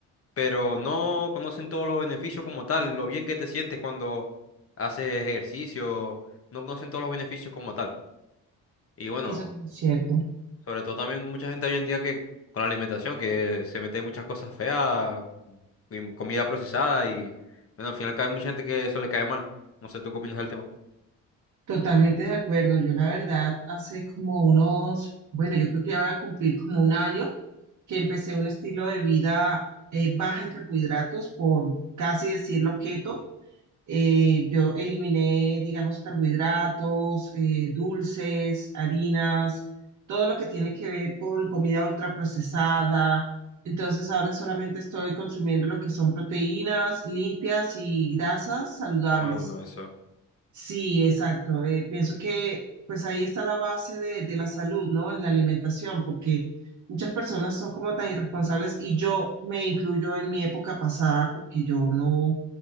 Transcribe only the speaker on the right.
Eso es muy cierto.
Totalmente de acuerdo. Yo la verdad hace como unos, bueno, yo creo que ya voy a cumplir como un año que empecé un estilo de vida eh, baja en carbohidratos por casi decirlo keto. Eh, yo eliminé, digamos, carbohidratos, eh, dulces, harinas, todo lo que tiene que ver con comida ultraprocesada. Entonces ahora solamente estoy consumiendo lo que son proteínas limpias y grasas saludables.
Sí, exacto. Eh, pienso que pues ahí está la base de, de la salud, ¿no? En la alimentación, porque muchas personas son como tan irresponsables y yo me incluyo en mi época pasada porque yo no,